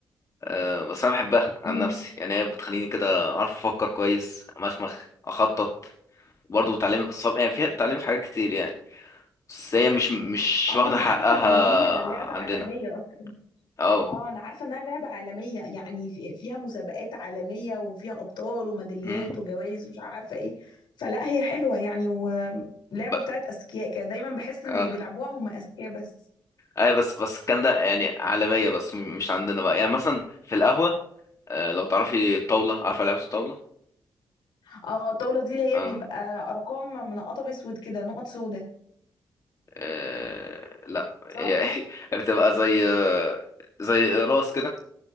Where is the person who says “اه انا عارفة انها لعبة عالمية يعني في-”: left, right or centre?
Left